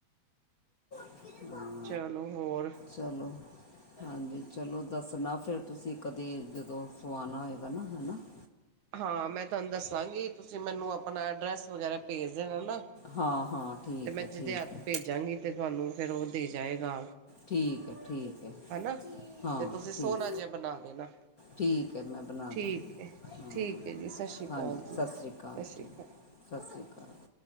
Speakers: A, on the left; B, on the right.
A: ਹਾਂ
B: ਚਲੋ ਹੋਰ
A: ਚਲੋ ਹਾਂਜੀ ਚਲੋ ਦੱਸਣਾ ਫਿਰ ਤੁਸੀਂ ਕਦੀ ਜਦੋਂ ਸਵਾਉਣਾ ਹੋਏਗਾ ਨਾ ਹੈ ਨਾ <inaudible>
B: ਹਾਂ ਮੈਂ ਤੁਹਾਨੂੰ ਦੱਸਾਂਗੀ ਤੁਸੀਂ ਮੈਨੂੰ ਆਪਣਾ ਐਡਰੈਸ ਵਗੈਰਾ ਭੇਜ ਦੇਣਾ ਨਾ,
A: ਹਾਂ ਹਾਂ ਠੀਕ
B: ਤੇ ਮੈਂ
A: ਹੈ
B: ਜਿਹਦੇ
A: ਠੀਕ
B: ਹੱਥ
A: ਹੈ
B: ਭੇਜ ਭੇਜਾਂਗੀ, ਤੇ ਤੁਹਾਨੂੰ ਫੇਰ ਉਹ ਤੇ ਜਾਏਗਾ।
A: ਠੀਕ ਹੈ ਠੀਕ ਹੈ
B: ਹੈਨਾ,
A: ਹਾਂ
B: ਤੇ ਤੁਸੀਂ
A: ਠੀਕ
B: ਸੋਹਣਾ ਜਿਹਾ ਬਣਾ ਦੇਣਾ।
A: ਠੀਕ ਹੈ, ਮੈਂ ਬਣਾ
B: ਠੀਕ
A: ਦਾਂਗੀ,
B: ਏ।
A: ਹਾਂ
B: ਠੀਕ ਹੈ ਜੀ ਸਤਿ ਸ਼੍ਰੀ
A: ਹਾਂਜੀ
B: ਅਕਾਲ ਜੀ
A: ਸਤਿ ਸ਼੍ਰੀ ਅਕਾਲ ਠੀਕ।
B: ਅਕਾਲ।
A: ਸਤਿ ਸ਼੍ਰੀ ਅਕਾਲ।